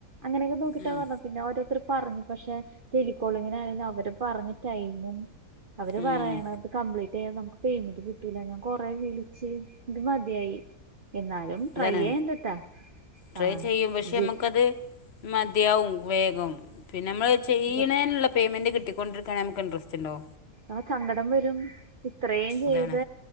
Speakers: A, on the right; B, on the left.
A: അങ്ങനെയൊക്കെ നോക്കിട്ടാ
B: ഉം
A: പറഞ്ഞു പിന്നെഓ പറഞ്ഞു പക്ഷെ ടെലികോളിങ്ങി നായാലും അവര് പറഞ്ഞ ടൈമും അവര്
B: ഉം
A: പറയണത് കംപ്ലീറ്റ് മറ്റേ നമുക്ക് പേയ്മെന്റ് കിട്ടൂല ഞാൻ കൊറേ വിളിച്ച് ഇത് മതിയായി എന്നാലും ട്രൈ
B: അതാണ്
A: ചെയ്യേണ്ടട്ടാ
B: ട്രൈ
A: ആ
B: ചെയ്യും പക്ഷെ
A: ജി
B: നമുക്കത് മതിയാവും വേഗം പിന്നെ നമ്മള് ചെയ്യിണീനില്ലേ
A: അപ്പൊ
B: പേയ്മെന്റ് കിട്ടി കൊണ്ടടക്കാൻ നമക്ക് ഇൻറസ്റ്റ് ഇ ണ്ടോ
A: ആ സങ്കടം വരും ഇത്രയും ചെയ്ത്
B: അതാണ്